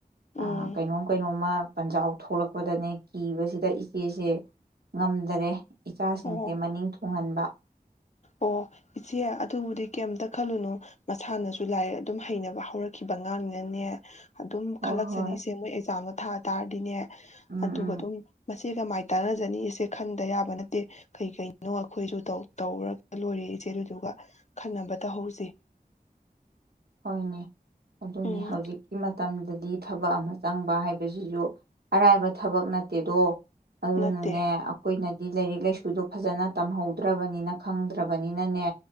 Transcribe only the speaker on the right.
ꯑꯥ ꯀꯩꯅꯣꯝꯃ ꯄꯟꯖꯥꯎ ꯊꯣꯛꯂꯛꯄꯗꯅꯦ ꯀꯤꯕꯁꯤꯗ ꯏꯆꯦꯁꯦ ꯉꯝꯗꯔꯦ ꯏꯆꯥꯁꯤꯡꯁꯦ
ꯃꯅꯤꯡ ꯊ <unintelligible> ꯎꯨꯡꯍꯟꯕ
ꯍꯣꯏ
ꯍꯣꯏ
ꯎꯝ
ꯎꯝ
ꯍꯣꯏꯅꯦ ꯑꯗꯨꯅꯤ
ꯍꯧꯖꯤꯛꯀꯤ ꯃꯇꯝ ꯗꯗꯤ ꯊꯕꯛ ꯑꯃ ꯆꯪꯕ ꯍꯥꯏꯕꯁꯤꯁꯨ ꯑꯔꯥꯏꯕ ꯊꯕꯛ ꯅꯠꯇꯦꯗꯣ ꯑꯗꯨꯅꯅꯦ
ꯑꯩꯈꯣꯏꯅ ꯍꯥꯏꯗꯤ ꯂꯥꯏꯔꯤꯛ ꯂꯥꯏꯁꯨꯗꯣ ꯐꯖꯅ ꯇꯝꯍꯧꯗ꯭ꯔꯕꯅꯤꯅ ꯈꯪꯗ꯭ꯔꯕꯅꯤꯅꯅꯦ